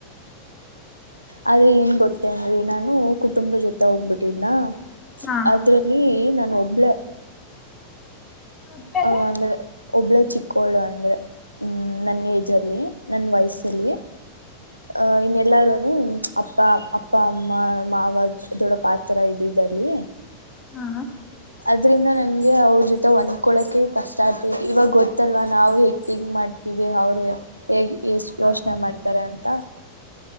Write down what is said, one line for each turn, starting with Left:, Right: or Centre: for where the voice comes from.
Right: ಆದ್ರೆ ಏನ್ ಗೊತ್ತೇ ಅನ್ರಿ ನಾನು ಕುಟುಂಬ ಜೊತೆ ಹೋಗ್ಬಿಟ್ಟಿದ್ನ
Left: ಹಾ
Right: ಅದ್ರಲ್ಲಿ ಏ <unintelligible> ಒಬ್ಬಳ
Left: ಒಬ್ರಲ್ಲ?
Right: ಹಾ ಆಮೇಲೆ ಒಬ್ಳ ಚಿಕ್ಕೋಳು ಅಂದ್ರೆ ಹ್ಮ್ ನನ್ನ ಏಜ್ ಅಲ್ಲಿ ನನ್ ವಯಸ್ಸಲ್ಲಿ ಅ ಇನ್ನಲ್ಲಾರುನು ಅಪ್ಪ ಅ ಅಪ್ಪ ಅಮ್ಮ ಮಾವಾಗ ದೊಡ್ಡ ಪಾತ್ರ ಇದಿದ್ದಲ್ಲಿ
Left: ಹಾ
Right: ಅದ್ರಿಂದ ನಂಗೆ ಅವ್ರ ಜೊತೆ ಒಂದ್ಕೊಳಕೆ ಕಷ್ಟ ಆಗ್ತೈತಿ ಇವಾಗ ಗೊತ್ತಲ್ವಾ ನಾವು ಹೇಗ್ ತೀಗ ಮಾಡ್ತೀವಿ ಅವ್ರ ಹೇಗ್ ಎಷ್ಟ
Left: ಹೌದು.
Right: ಯೋಚನೆ ಮಾಡ್ತಾರೆ ಅಂತ